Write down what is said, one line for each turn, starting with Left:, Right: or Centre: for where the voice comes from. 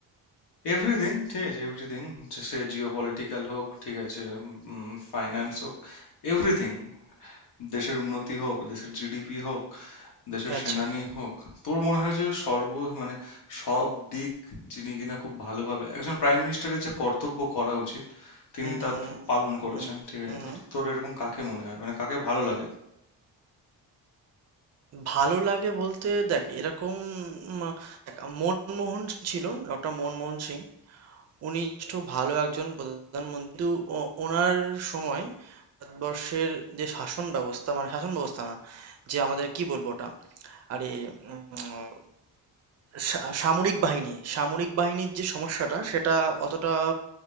Left: এভরিথিং ঠিক আছে এভরিথিং সে জিও পলিটিক্যাল হোক ঠিক আছে ফাইন্যান্স হোক এভরিথিং দেশের উন্নতি হোক দেশের জিডিপি হোক দেশের
Right: আচ্ছা
Left: সেনানি হোক তোর মনে হয় যে সর্ব মানে সব দিক যিনি কিনা খুব ভালোভাবে একজন প্রাইম মিনিস্টারের যে কর্তব্য করা উচিত তিনি
Right: হুম
Left: তা
Right: হুম
Left: ফু- পালন করেছেন
Right: হুম
Left: ঠিক আছে
Right: হুম
Left: তোর
Right: হুম
Left: তোর এরকম কাকে মনে হয় মানে কাকে ভালো লাগে
Right: ভালো লাগে বলতে দেখ এরকম উম, দেখ, মনমোহন সিং ছিল ডক্টর মনমোহন সিং উনি যথেষ্ট ভালো একজন প্রধানমন্ত্রী কিন্তু ও- ওনার সময় ভারতবর্ষের যে শাসন ব্যবস্থা মানে শাসন ব্যবস্থা না যে আমাদের কি বলবো ওটা আরে উম, সা- সামরিক বাহিনী সামরিক বাহিনীর যে সমস্যাটা সেটা অতটা